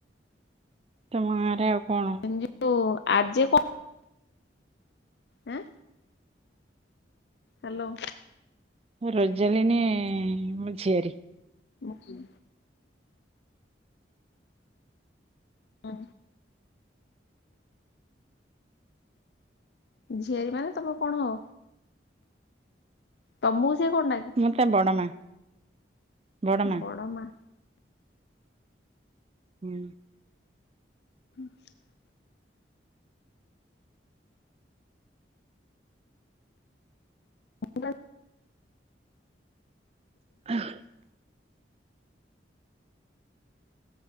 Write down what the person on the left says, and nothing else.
<unintelligible> ଆଜି କ ହେଁ ହ୍ୟାଲୋ।
ଅ କେ ହଁ। ଝିଅରୀ ମାନେ ତମ କଣ ହ ତମକୁ ସିଏ କଣ ଡାକେ?
ବଡ଼ମା।
<unintelligible> <unintelligible>